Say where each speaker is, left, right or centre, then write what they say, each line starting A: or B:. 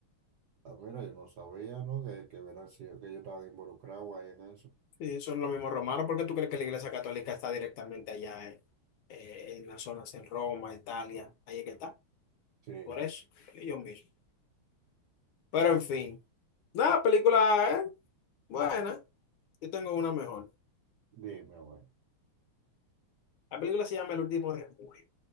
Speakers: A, on the right (about 70°); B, on the left (about 75°).
A: Ah, mira, yo no sabía, ¿no? Que, que, hubieran sido- que yo estaba involucrado ahí en eso.
B: Sí, son los mismos romanos, ¿por qué tú crees que la Iglesia Católica está directamente allá eh, eh, en las zonas en Roma, Italia? Ahí es que está,
A: Sí,
B: por eso, ellos mismos. Pero en fin, nada, película, eh, buena. Yo tengo una mejor.
A: dime, a ver.
B: La película se llama El último refugio.